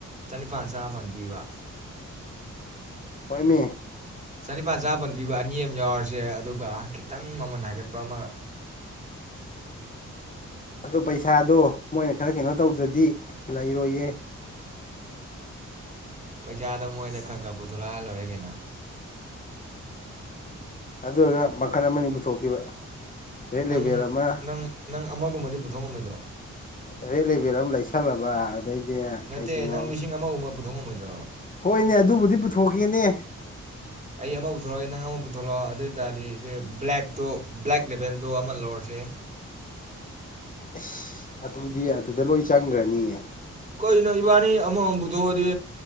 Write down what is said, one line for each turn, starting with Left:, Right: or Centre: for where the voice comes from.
Right: ꯆꯅꯤꯄꯥꯟ ꯆꯃꯥꯄꯟ ꯄꯤꯕ
Left: ꯍꯣꯏꯃꯤ
Right: ꯆꯅꯤꯄꯥꯜ ꯆꯥꯄꯄꯟ ꯄꯤꯕ ꯑꯅꯤ ꯑꯃ ꯌꯥꯎꯔꯁꯦ ꯑꯗꯨꯒ ꯈꯤꯇꯪ ꯃꯃꯟ ꯍꯥꯏꯒꯠꯄ ꯑꯃꯒ
Left: ꯑꯗꯨ ꯄꯩꯁꯥꯗꯨ ꯃꯣꯏꯅ ꯈꯔ ꯀꯩꯅꯣ ꯇꯧꯗ꯭ꯔꯗꯤ ꯂꯩꯔꯣꯏꯌꯦ
Right: ꯄꯩꯁꯥꯗꯣ ꯃꯣꯏꯗ ꯈ-ꯈ ꯄꯨꯊꯣꯂꯛꯑꯣ ꯍꯥꯏꯔ ꯂꯣꯏꯔꯦ ꯀꯩꯅꯣ
Left: ꯑꯗꯨꯔꯒ ꯃꯈꯜ ꯑꯃ-ꯑꯅꯤ ꯄꯨꯊꯣꯛꯈꯤꯕ ꯔꯦꯠ
Right: ꯅꯪ-ꯅꯪ-ꯅꯪ
Left: ꯂꯦꯕꯦꯜ ꯑꯃ
Right: ꯑꯃꯒꯨꯝ ꯕꯗꯤ ꯊꯣꯡ ꯉꯝꯃꯣꯏꯗ꯭ꯔꯣ
Left: ꯔꯦꯗ ꯂꯦꯕꯦꯜ ꯑꯝ ꯂꯩꯁꯜꯂꯕ ꯑꯗꯩꯗꯤ
Right: ꯅꯠꯇꯦ
Left: ꯀꯩ ꯀꯩꯅꯣ
Right: ꯅꯪ ꯂꯤꯁꯤꯡ ꯑꯃꯒꯨꯝꯕ ꯄꯨ- ꯄꯨꯊꯣꯛ ꯉꯝꯃꯣꯏꯗ꯭ꯔ
Left: ꯍꯣꯏꯅꯦ ꯑꯗꯨꯕꯨꯗꯤ ꯄꯨꯊꯣꯛꯀꯦꯅꯦ
Right: ꯑꯩ ꯑꯃ ꯄꯨꯊꯣꯔꯛꯑꯒꯦ ꯅꯪ ꯑꯃ ꯄꯨ ꯊꯣꯛꯂꯛꯑꯣ ꯑꯗꯨꯑꯣꯏ ꯇꯥꯔꯗꯤ ꯁꯦ ꯕ꯭ꯂꯦꯛꯇꯣ-ꯕ꯭ꯂꯦꯛ ꯂꯦꯚꯦꯜꯗꯣ ꯑꯃ ꯂꯧꯔꯁꯦ
Left: ꯏꯁ ꯑꯗꯨꯗꯤ ꯑꯗꯨꯗ ꯂꯣꯏ ꯆꯪꯒ꯭ꯔꯅꯤꯌꯦ
Right: ꯀꯅꯣ ꯏꯕꯥꯅꯤ ꯑꯃꯃꯝ ꯄꯨꯊꯣꯛꯑꯗꯤ